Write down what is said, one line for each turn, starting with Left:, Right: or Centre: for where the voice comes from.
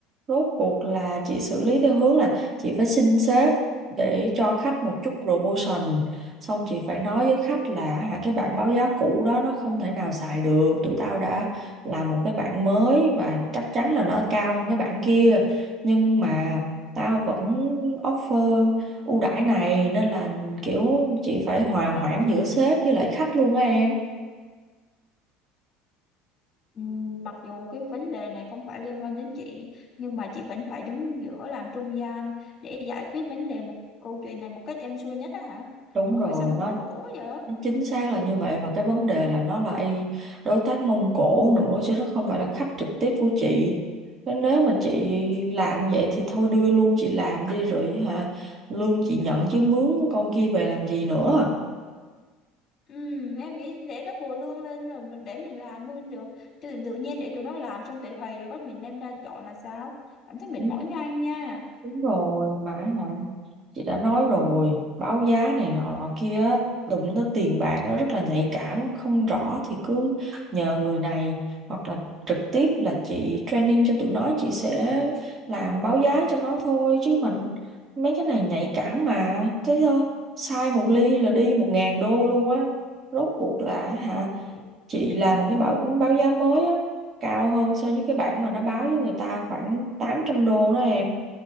Right: rốt cuộc là chị xử lý theo hướng là chị phải xin sếp để cho khách một chút promotion xong chị phải nói với khách là hả cái bảng báo giá cũ đó nó không thể nào xài được tụi tao đã làm một cái bảng mới và chắc chắn là nó cao hơn cái bảng kia nhưng mà tao vẫn offer ưu đãi này nên là kiểu chị phải hòa hoãn giữa sếp với lại khách luôn á em
Left: Ừm, Mặc dù cái vấn đề này không phải liên quan đến chị nhưng mà chị vẫn phải đứng giữa làm trung gian để giải quyết vấn đề một câu chuyện này một cách êm xuôi nhất á hả?
Right: đúng
Left: Trời
Right: rồi
Left: ơi sao mà
Right: nó
Left: cực khổ quá vậy?
Right: chính xác là như vậy và cái vấn đề là nó là ai- đối tác Mông Cổ nữa chứ nó không phải là khách trực tiếp của chị nên nếu mà chị làm vậy thì thôi đưa luôn chị làm đi rồi hả lương chị nhận chứ mướn con kia về làm gì nữa
Left: Ừm, em nghĩ để double lương lên rồi mình- để mình làm luôn được. Tự, tự nhiên để tụi nó làm xong tị hì rồi bắt mình đem ra dọn là sao? Cảm thấy mệt
Right: đúng
Left: mỏi ngay nha.
Right: đúng rồi mà hả chị đã nói rồi báo giá này nọ nọ kia á, đụng tới tiền bạc nó rất là nhạy cảm không rõ thì cứ nhờ người này hoặc là trực tiếp là chị training cho tụi nó chị sẽ làm báo giá cho nó thôi chứ mình mấy cái này nhạy cảm mà thế thôi sai một ly là đi một ngàn đô luôn á rốt cuộc là hả
Left: Thì,
Right: chị làm một cái báo báo giá mới á cao hơn so với cái bản mà nó báo với người ta khoảng 800 đô đó em